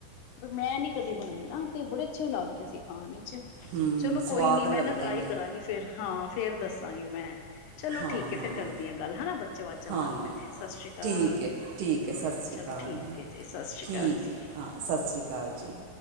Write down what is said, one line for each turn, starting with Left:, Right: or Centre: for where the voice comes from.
Left: ਮੈਂ ਨੀ ਕਦੇ ਬਣਾਏ ਨਾ ਤੇ ਬੜੇ ਅੱਛੇ ਲੱਗਦੇ ਸੀ ਖਾਣ ਚ
Right: ਹੂੰ
Left: ਚਲੋ
Right: ਸਵਾਦ
Left: ਕੋਈ ਨੀ
Right: ਲੱਗਦੇ
Left: ਮੈਂ ਨਾ ਟਰਾਈ
Right: ਨੇ
Left: ਕਰਾਂਗੀ ਫੇਰ ਹਾਂ। ਫੇਰ ਦੱਸਾਂਗੀ ਮੈਂ। ਚਲੋ
Right: ਹਾਂ
Left: ਠੀਕ
Right: ਹਾਂ
Left: ਏ ਫੇਰ ਕਰਦੀ ਆਂ। ਕੱਲ ਹੈਨਾ ਬੱਚੇ ਵਾਜ਼ਾਂ
Right: ਹਾਂ
Left: ਮਾਰਦੇ ਪਏ ਨੇ ਸਤਿ ਸ੍ਰੀ ਅਕਾਲ
Right: ਠੀਕ ਹੈ ਠੀਕ ਹੈ ਸਤਿ ਸ਼੍ਰੀ
Left: ਚਲੋ
Right: ਅਕਾਲ
Left: ਠੀਕ ਏ ਜੀ ਸਾਸਰੀ
Right: ਠੀਕ
Left: ਕਾਲ ਜੀ।
Right: ਹੈ ਹਾਂ ਸਤਿ ਸ਼੍ਰੀ ਅਕਾਲ ਜੀ